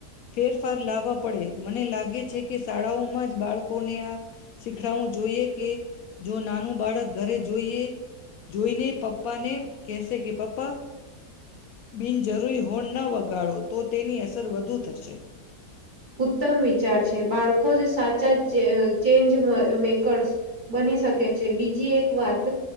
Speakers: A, on the left (about 70°); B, on the right (about 30°).
A: ફેરફાર લાવવા પડે. મને લાગે છે કે શાળાઓમાં જ બાળકોને આ શીખડાવું જોઈએ કે જો નાનું બાળક ઘરે જ જોઈએ. જોઈને પપ્પ ને કેસે કે પપ્પા બિન જરૂરી હોર્ન ના વગાડો તો તેની અસર વધુ થશે.
B: ઉત્તમ વિચાર છે. બાળકો જ સાચા જ ચેન્જ મ મેકર્સ બની શકે છે. બીજી એક વાત,